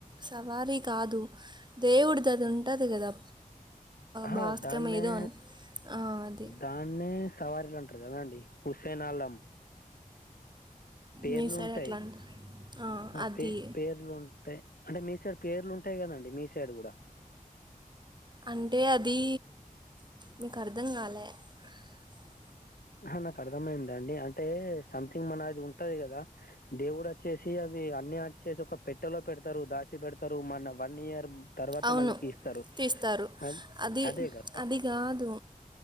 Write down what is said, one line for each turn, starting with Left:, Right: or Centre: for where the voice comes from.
Right: సవారీ కాదు దేవుడి ది అది ఉంటది కదా
Left: అహ
Right: భాస్కం
Left: దాన్నే
Right: ఏదో అని అది
Left: దాన్నే సవారీలు అంటారు కదా అండి హుసేన అలం పేర్లుంటాయి
Right: మీ సైడ్ ఎట్లా అంటారు అది
Left: పే పేర్లు అంటే మీ సైడ్ పేర్లు ఉంటాయి కదండి మీ సైడ్ కూడా
Right: అంటే అది నీకర్థం కాలే బ్లాంక్
Left: హ నాకర్థమైందండి అంటే సంథింగ్ మన ఆది ఉంటది గదా దేవుడచ్చేసి అవి అన్ని అచ్చేసి ఒక పెట్టెలో పెడతరు దాస సి పెడతరు మన వన్ ఇయర్ తర్వాత
Right: అవును
Left: మళ్ళీ తీస్తారు
Right: తీస్తారు
Left: అన్
Right: అది
Left: అదే గా
Right: అది కాదు